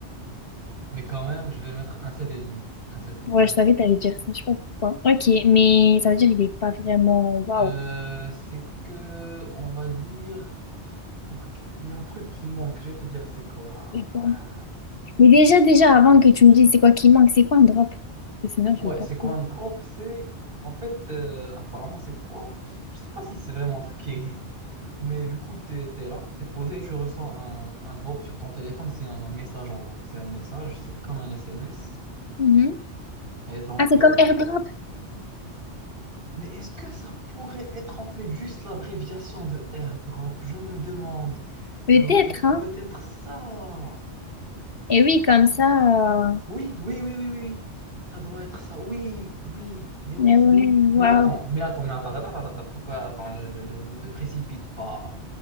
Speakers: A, on the right (about 50°); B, on the left (about 55°).
A: mais quand même, je vais le mettre un sept et demi. Un 7,5.
B: Ouais, je savais que t'allais dire ça, je sais pas pourquoi. Ok, mais ça veut dire qu'il est pas vraiment waouh.
A: Euh, c'est que, on va dire, on va- il y a un truc qui manque. Je vais te dire, c'est quoi?
B: C'est quoi
A: Euh,
B: Mais déjà, déjà, avant que tu me dises c'est quoi qui manque, c'est quoi un drop? Parce que sinon, je
A: Ouais,
B: vais pas
A: c'est
B: trop.
A: quoi un drop? C'est en fait, euh, apparemment, c'est quoi? Je sais pas si c'est vraiment un truc qui existe, mais du coup, t'es, t'es là, t'es posé et tu ressens un, un drop sur ton téléphone. C'est un message en gros, c'est un message, c'est comme un SMS.
B: Mhm.
A: Et donc,
B: Ah, c'est
A: euh,
B: comme airdrop?
A: mais est-ce que ça pourrait être en fait juste l'abréviation de airdrop? Je me demande, ça
B: Peut-être,
A: doit être
B: hein?
A: peut-être ça,
B: Et oui, comme ça. euh,
A: Oui, oui, oui, oui, oui, oui. Ça doit être ça. Oui, oui, mais oui.
B: Mais ouais,
A: Mais
B: waouh.
A: attends, mais attends, mais attends, attends, attends, attends, pourquoi- attends, ne, ne- ne- ne te précipite pas.